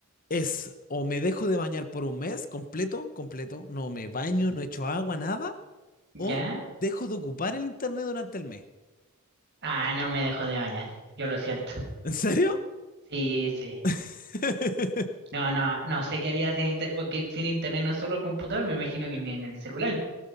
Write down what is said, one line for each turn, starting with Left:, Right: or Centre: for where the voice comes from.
Left: es o me dejo de bañar por un mes completo, completo, no me baño, no echo agua, nada,
Right: ¿Ya?
Left: o dejo de ocupar el internet durante el mes.
Right: Ah, no me dejo de bañar. Yo lo siento.
Left: ¿En serio?
Right: Sí, sí.
Left: <laughs>
Right: No, no, no sé qué haría sin internet, porque sin internet no es solo el computador, me imagino que ni en el celular.